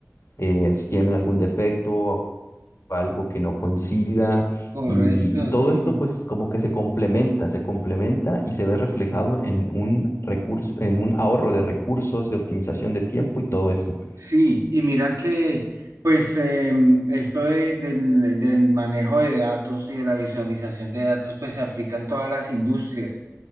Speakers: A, on the left; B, on the right.
A: eh, si tienen algún defecto, algo que no coincida
B: correcto,
A: y, y todo
B: sí.
A: esto pues como que se complementa, se complementa y se ve reflejado en un recurso, en un ahorro de recursos, de optimización de tiempo y todo eso.
B: Sí, y mira que, pues, em, esto de- del, del manejo de datos y de la visualización de datos, pues se aplica en todas las industrias.